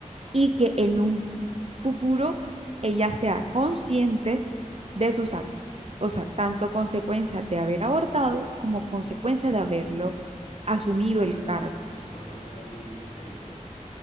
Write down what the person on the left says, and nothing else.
Sí,
sí.
La,
la,
la información aquí es el poder.